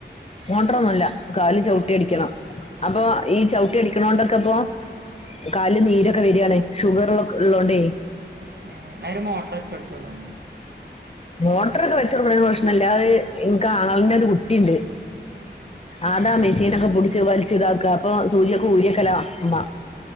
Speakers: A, on the left; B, on the right.
A: മോട്ടറൊന്നുമില്ല കാല് ചവിട്ടി അടിക്കണം. അപ്പൊ ഈ ചവിട്ടി അടിക്കണോണ്ടൊക്കെപ്പോ കാല് നീരൊക്കെ വര്യാണേ ഷുഗറ് ഉള്ളക്ക് ഉള്ളോണ്ടേ.
B: ഏ എന്ന ഒരു മോട്ടറ് വച്ചു കൊടുത്തൂടേ.
A: മോട്ടറൊക്കെ വെച്ച് കൊടുക്കണതിന് പ്രശ്നില്ല അത് എനക്ക് ആങ്ങളിന്റെ ഒരു കുട്ടിയുണ്ട് അതാ
B: ആഹ്
A: മെഷീനൊക്കെ പിടിച്ച് വലിച്ചിതാക്ക അപ്പൊ സൂചിയൊക്കെ ഊരിയക്കല ഉമ്മ